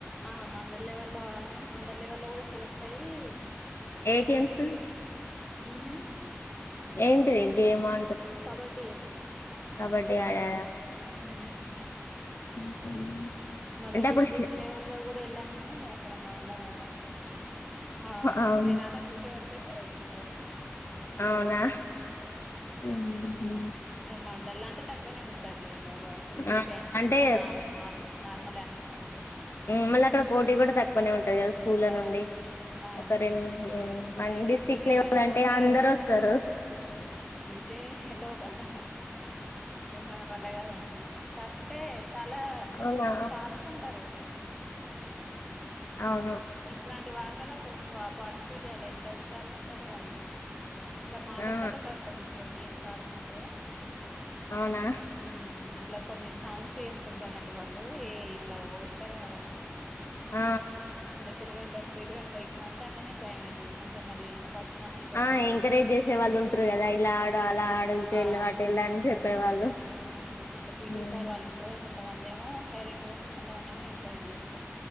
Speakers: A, in the centre; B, on the left (about 60°).
A: ఆ మండలెవెల్లో ఆడినం మండలెవెల్లో గుడా సెలెక్ట్ అయ్యి
B: ఏ గేమ్సు
A: హ్మ్
B: ఏంటిది గేమా
A: కబడ్డీ యే
B: కబడ్డీ ఆడరా
A: హ్మ్
B: <unintelligible>
A: మరి
B: అంటే అప్పుడు
A: డిస్ట్రిక్ట్
B: ష్
A: లెవెల్ లో గుడా వెళ్ళామ్ గని అక్కడ మా వల్ల కాలే అక్కడ ఆ
B: అవును
A: జనాలను చూసె వరకె భయం అయ్యింది లోపల
B: అవునా మ్మ్ మ్మ్
A: ఇగ మండల్లంటే తక్కువనే ఉంటార్లేండి ఒక టూ, త్రీ
B: ఆ
A: టైమ్స్
B: అంటే
A: పోతే నా మా నార్మలే అనిపించింది
B: <unintelligible> పోటీ గుడా తక్కువనే ఉంటది కదా స్కూల్లా
A: ఆ
B: నుండి
A: ఆ
B: <unintelligible>
A: ఇక డిస్టిక్
B: డిస్ట్రిక్ట్
A: లెవెల్లో
B: లెవెలంటే
A: పోతే
B: అందరు వస్తరు.
A: జై హలో భళా హే మ వల్ల కాదు అనుకున్నము కాకుంటే చాలా
B: అవునా
A: షార్ప్ ఉంటరు.
B: అవును
A: ఇట్లాంటి వాట్లలల్లో అసలు స్ప పార్టిసిపేట్ చేయాలి. ఎంత హుషారుగ ఉంటరు వాళ్ళు ఇట్లా మాటల
B: ఆ
A: తోటే భయపెట్టిస్తరు గేమ్స్ ఆడుతుంటే
B: అవునా
A: ఉమ్, ఇట్లా కొన్ని సౌండ్స్ చేసుకుంట అన్నట్టు వాళ్ళు ఏయ్ ఇట్లా ఒర్రుతరు కదా
B: ఆ
A: తిరగంటర్ తిరగంటర్ ఇట్నా అంటటనే భయం అయితది. కొంచెం మళ్ళీ పర్సనాలిటీతో
B: ఆ
A: ఉంటారు
B: ఎంకరేజ్ చేసే వాళ్ళు ఉంట్రు కదా ఇలా ఆడు అలా ఆడు ఇటు
A: ఆ
B: వెళ్ళు అటు ఎళ్ అని చెప్పేవాళ్ళు
A: మ్మ్ మ్మ్ ఇట్లా పిటీ
B: అవును
A: సార్ వాళ్ళు ఉంట్రు కొంతమంది ఏమో సైలెంట్ గుంట్రు కొంతమందెమో ఎంకరేజ్ చేస్తరు.